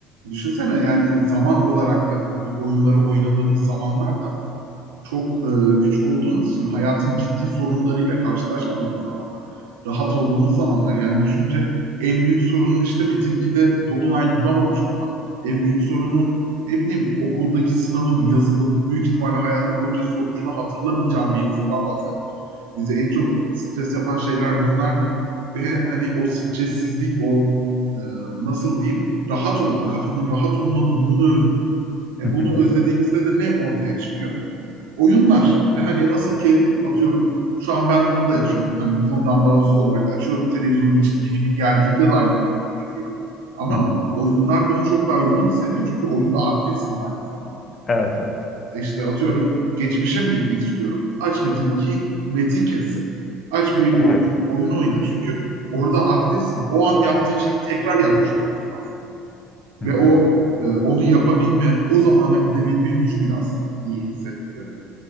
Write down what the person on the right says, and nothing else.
Düşünsene yani zaman olarak da hani bu oyunları oynadığımız zamanlar da çok e, küçük olduğumuz için hayatın ciddi sorunlarıyla karşılaşmadığımız zamanlar, rahat olduğumuz zamanlar yani düşünce en büyük sorunun işte Metin 2'de Dolunay bulamamış olmak. En büyük sorunun ne bileyim okuldaki sınavın, yazının büyük ihtimalle hayatım boyunca sonucunu hatırlamayacağım bir yazıldan bahsediyoruz. Bizi en çok stres yapan şeyler bunlardı. Ve hani o stressizlik, o e, nasıl diyeyim rahat olma, kafanın rahat olma durumunu özlüyoruz. E
bunu özlediğimizde de ne ortaya çıkıyor? oyunlar ve hani nasıl ki atıyorum şu an ben bunu da yaşıyorum. Hani bu konudan bağımsız olarak açıyorum televizyonu bir çizgi film geldiğinde de aynı duyguyu yaşıyorum. Ama
oyunlar bunu çok daha yoğun hissediyor çünkü oyunda aktifsin de aynı zamanda.
İşte atıyorum geçmişe mi gitmek istiyorum? Aç Metin 2, Metin kes. Aç bir
oyun, oyun oyna. Çünkü orada aktifsin. O an yaptığın şeyi tekrar yapmış oluyorsun aslında. Ve
o e, onu yapabilme, o zamana gidebilme gücü biraz iyi hissettiriyor.